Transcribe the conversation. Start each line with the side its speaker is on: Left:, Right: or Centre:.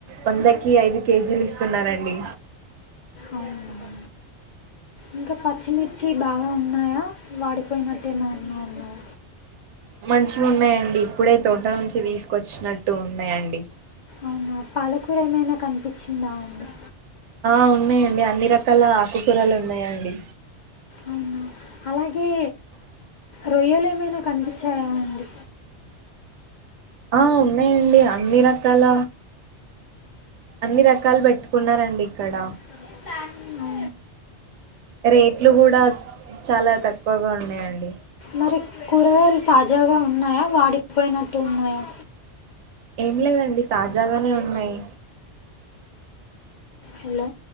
Right: వందకి ఐదు కేజీలు ఇస్తున్నారండీ
Left: అవునా ఇంకా పచ్చిమిర్చి బాగా ఉ ఉన్నాయా వాడిపోయినట్టే ఏమైనా ఉన్నాయా
Right: మంచిగ ఉన్నాయండి ఇప్పుడే తోట నుంచి తీసుకొచ్చిన ట్టు ఉన్నాయండి
Left: అవునా పాలకూర ఏమైనా కనిపించిందా అండి
Right: ఆ ఉన్నాయండి అన్ని రకాల ఆకుకూరలు ఉన్నాయండి
Left: అవునా అలాగే రొయ్యలు ఏమైనా కనిపించాయా అండి
Right: ఆ ఉన్నాయండి అన్ని రకాల అన్ని రకాలు పెట్టుకున్నారండి ఇక్కడ
Left: అవునా?
Right: రేట్లు కూడా చాలా తక్కువగా ఉన్నాయండి
Left: మరి కూరగాయలు తాజాగా ఉన్నాయా వాడి పోయినట్టు ఉన్నాయా
Right: ఏం లేదండి తాజాగానే ఉన్నాయి
Left: హలో